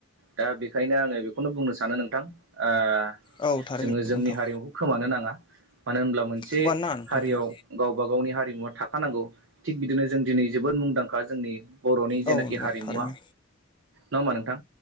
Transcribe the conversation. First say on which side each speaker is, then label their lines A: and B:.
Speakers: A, on the right; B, on the left.
A: दा बेखायनो आङो बेखौनो बुंनो सानो नोंथां ओ
B: औ थारैनो
A: जोङो
B: नंगौ
A: जोंनि
B: नोंथां
A: हारिमुखौ खोमानो नाङा मानो होनब्ला मोनसे
B: खोबानो नाङा नोंथां
A: हारियाव
B: नंगौ
A: गावबा गावनि हारिमुवा थाखानांगौ थिग बिदिनो जों दिनै जोबोद मुंदांखा जोंनि बरनि जेनाकि
B: औ नंगौ
A: हारिमुवा
B: थारैनो
A: नङा होमबा नोंथां?